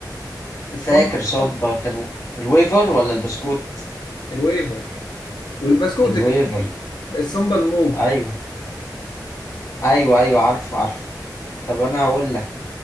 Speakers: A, on the left; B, on the left.
A: السامبا
B: فاكر سامبا
A: الموف
B: كانوا الويفر ولا البسكوت
A: الويفر والبسكوت
B: الويفر
A: الاتنين السامبا الموف
B: ايوه ايوه ايوه عارف عارف طب انا هقول لك